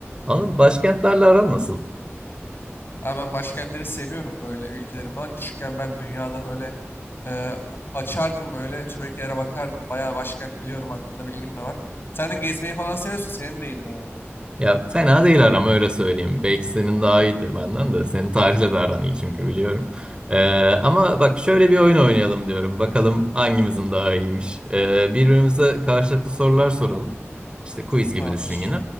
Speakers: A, on the right (about 20°); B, on the left (about 50°).
A: Anıl başkentlerle aran nasıl?
B: Abi ben başkentleri seviyorum böyle ülkeleri falan. Küçükken ben dünyada böyle e, açardım böyle tüm ülkelere bakardım. Bayağı başkent biliyorum hakkında bilgim de var. Sen de gezmeyi falan seviyorsun. Senin de iyidir herhalde.
A: Ya fena değil aram öyle söyleyeyim. Belki senin daha iyidir benden de. Senin tarihle de aran iyi çünkü biliyorum. Ee, ama bak şöyle bir oyun oynayalım diyorum. Bakalım hangimizin daha iyiymiş. Ee, birbirimize karşılıklı sorular soralım. İşte quiz gibi
B: Tamamdır.
A: düşün yine.